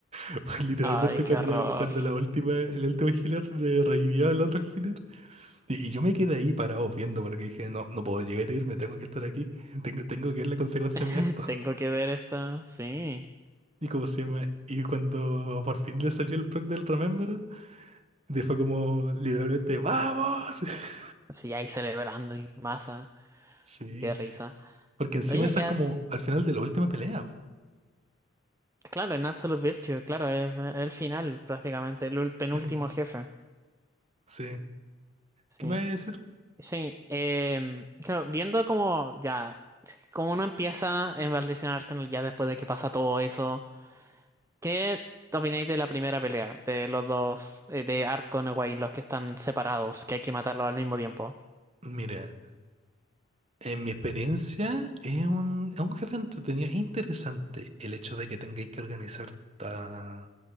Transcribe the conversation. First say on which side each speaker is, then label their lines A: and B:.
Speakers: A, on the right; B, on the right.
A: <laughs> fue literalmente
B: Ay, qué
A: cuando,
B: horror.
A: cuando la última, el último healer eh, revivió al otro healer. Y, y yo me quedé ahí parado viendo porque dije, no, no puedo llegar a irme, tengo que estar aquí. Tengo, tengo que ver la consecuencia
B: <laughs>
A: de mi acto.
B: Tengo
A: <laughs>
B: que ver esto. Sí.
A: Y como se llama, y cuando por fin le salió el proc del Remember, fue como literalmente, ¡vamos! <laughs>
B: Sí, ahí celebrando y masa.
A: Sí,
B: Qué risa.
A: porque encima
B: Oye,
A: esa
B: ya,
A: es como al final de la última pelea. po.
B: claro, en Absolute Virtue, claro, es el final prácticamente, el ul- penúltimo
A: Sí,
B: jefe.
A: sí. ¿Qué
B: Sí.
A: me vas a decir?
B: Sí, em, claro, viendo como ya. como uno empieza en Valdición Arsenal ya después de que pasa todo eso, ¿qué opináis de la primera pelea de los dos, eh, de Art con Egwene, los que están separados, que hay que matarlos al mismo tiempo?
A: Mira, en mi experiencia es un, es un jefe entretenido. Es interesante el hecho de que tengáis que organizar a,